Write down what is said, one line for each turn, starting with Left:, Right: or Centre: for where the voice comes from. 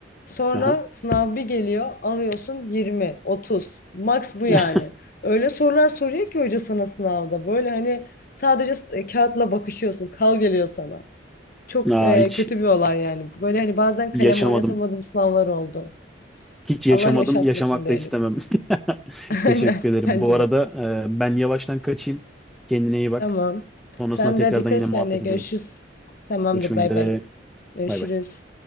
Left: Sonra
Centre: Aha.
Left: sınav bir geliyor alıyorsun 20, 30. Max bu yani.
Centre: <laughs>
Left: Öyle sorular soruyor ki hoca sana sınavda. Böyle hani sadece s- e, kağıtla bakışıyorsun. Kal geliyor sana. Çok
Centre: Aa,
Left: e,
Centre: hiç
Left: kötü bir olay yani. Böyle hani bazen kalem
Centre: yaşamadım.
Left: oynatamadığım sınavlar oldu.
Centre: Hiç
Left: Allah
Centre: yaşamadım,
Left: yaşatmasın
Centre: yaşamak
Left: diyelim.
Centre: da istemem. <laughs>
Left: <laughs> Aynen
Centre: Teşekkür ederim.
Left: bence
Centre: Bu arada
Left: de.
Centre: e, ben yavaştan kaçayım. Kendine iyi bak.
Left: Tamam.
Centre: Sonrasında
Left: Sen
Centre: tekrardan
Left: de dikkat
Centre: yine
Left: et
Centre: muhabbet
Left: kendine. Görüşürüz.
Centre: edelim.
Left: Tamamdır.
Centre: Görüşmek
Left: Bay
Centre: üzere.
Left: bay. Görüşürüz.
Centre: Bay bay.